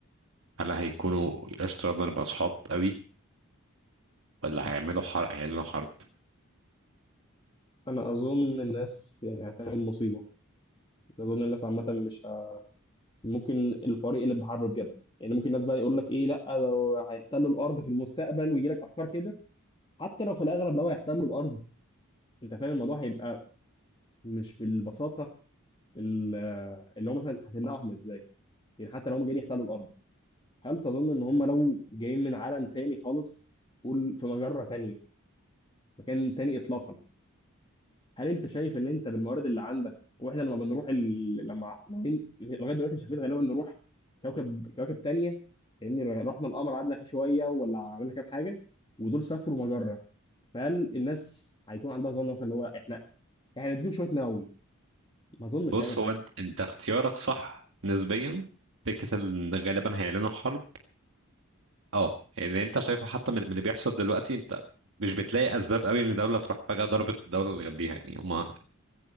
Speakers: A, on the right; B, on the left.
A: هل هيكونوا قشطة يلا نبقى أصحاب قوي ولا هيعملوا حرب هيعلنوا حرب
B: انا اظن الناس يعني هتعمل مصيبه اظن الناس عامه مش ه... ممكن الحوار يقلب بحرب بجد يعني ممكن الناس بقى يقول لك ايه لا ده هيحتلوا الارض في المستقبل ويجي لك افكار كده حتى لو في الاغلب لو هيحتلوا الارض انت فاهم الموضوع هيبقى مش بالبساطه ال- اللي هو مثلا هتمنعهم ازاي يعني حتى لو هم جايين يحتلوا الارض هل تظن ان هم لو جايين من عالم تاني خالص قول في مجره تانيه مكان تاني اطلاقا هل انت شايف ان انت بالموارد اللي عندك واحنا لما بنروح ال... لما ناويين لغايه دلوقتي مش عارفين غالبا نروح كوكب كواكب تانية فاهمني رحنا القمر قعدنا فيه شويه ولا عملنا كام حاجه ودول سافروا مجره فهل الناس هيكون عندها ظن مثلا اللي هو احنا احنا نديهم شويه نووي ما اظنش
A: بص
B: هيعمل
A: هو
B: حاجه
A: أنت أنت اختيارك صح نسبيا فكرة إن غالبا هيعلنوا حرب أه يعني أنت شايفه حتى من من اللي بيحصل دلوقتي أنت مش بتلاقي أسباب قوي إن دولة تروح فجأة ضربت الدولة اللي جنبيها يعني هما